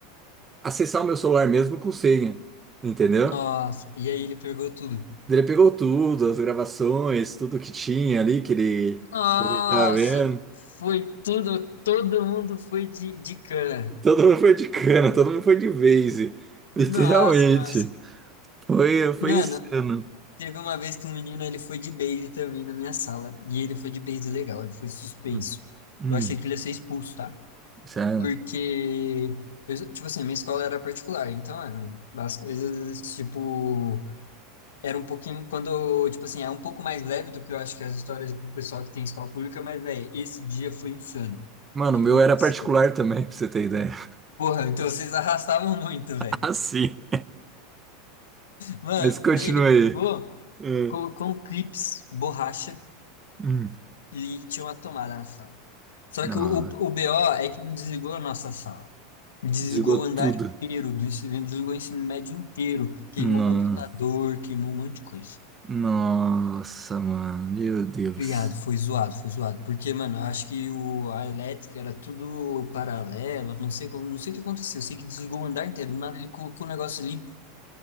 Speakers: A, on the right; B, on the left.
A: acessar o meu celular mesmo com senha, entendeu?
B: nossa. E aí ele pegou tudo.
A: Ele pegou tudo, as gravações, tudo que tinha ali que ele,
B: Nossa,
A: que a gente tava vendo.
B: foi tudo, todo mundo foi de, de cana.
A: Todo mundo foi de cana, todo mundo foi de vase. Literalmente.
B: Nossa, nossa.
A: Foi, foi
B: Mano,
A: insano.
B: teve uma vez que um menino, ele foi de base também na minha sala. E ele foi de base legal, ele foi suspenso.
A: Hum, hum,
B: Eu achei que ele ia ser expulso, tá?
A: sério.
B: Porque, eu- tipo assim, minha escola era particular. Então, mano, as coisas, tipo... Era um pouquinho, quando, tipo assim, é um pouco mais leve do que eu acho que as histórias do pessoal que tem escola pública, mas, velho, esse dia foi insano.
A: Mano,
B: Tipo,
A: o meu
B: uma
A: era
B: pessoa.
A: particular também, pra você ter ideia. <laughs>
B: Porra, então vocês arrastavam muito, velho.
A: Ah, sim.
B: Mano,
A: Mas continua
B: né, ele
A: aí.
B: pegou,
A: É.
B: colocou um clips, borracha
A: Hum.
B: e tinha uma tomada na sala. Só
A: Não,
B: que o, o, o BO é que não desligou a nossa sala. Desligou
A: desligou
B: o
A: tudo.
B: andar inteiro do ensino, desligou o ensino médio inteiro. Queimou
A: Não.
B: computador, queimou um monte de coisa.
A: Nossa, mano, meu Deus.
B: Criado, foi zoado, foi zoado. Porque, mano, eu acho que o, a elétrica era tudo paralela, não sei como, não sei o que aconteceu. Eu sei que desligou o andar inteiro, do nada ele colocou o negócio ali.